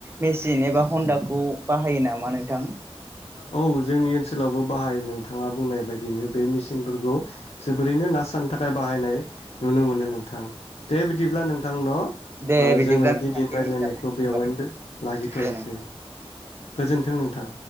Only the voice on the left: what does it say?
औ जोंनि ओनसोलावबो बाहाय नोंथाङा बुंनाय बायदिनो बे मेसिनफोरखौ जोबोरैनो ना सानथा बाहायनाय नुनो मोनो नों थां दे बिदिब्ला नोंथां न' ओ
जोङो
दिनै
रायलायनायखौ
बेवहायनो
लागिथ'सै
गोजोन्थों नों थां